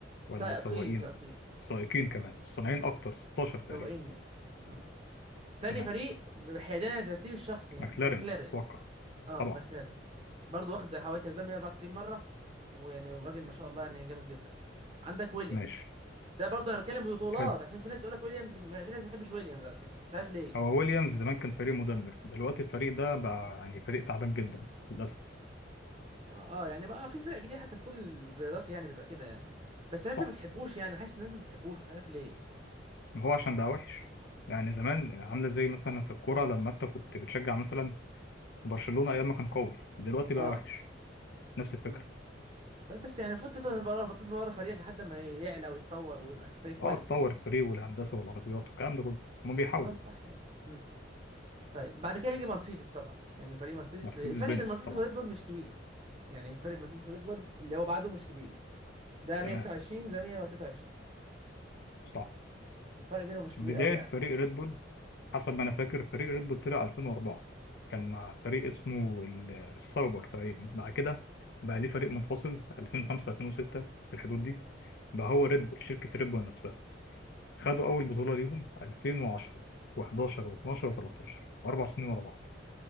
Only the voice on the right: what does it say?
سائقين
سائقين سائقين
اه
سواقين يعني إمم. تاني
فريق بحيادية عن الترتيب الشخصي يعني
ماكلارين
اه
ماكلارين برضه واخد حوالي كسبان 194 مرة ويعني راجل ما شاء الله يعني جامد جدا عندك ويليامز
ده برضه انا بتكلم ببطولات
عشان في ناس يقول لك ويليامز ما- في ناس ما بتحبش ويليامز على فكرة مش عارف ليه
اه آه، يعني بقى في فرق كتير حتى في كل الرياضات يعني بيبقى كده يعني بس الناس
ما بتحبوش يعني حاسس الناس ما بتحبوش مش عارف ليه
م.
اه
م. طيب بس يعني المفروض تفضل ورا تفضل ورا فريقك لحد ما يعلى ويتطور ويبقى فريق كويس
يعني
هو ده الصح يعني م. طيب بعد كده بيجي مرسيدس طبعا يعني فريق مرسيدس
الفرق
بين مرسيدس
وريد بول مش كبير يعني الفرق بين مرسيدس وريد بول اللي هو بعده مش كبير ده
129 ده 123
الفرق بينهم مش كبير
قوي يعني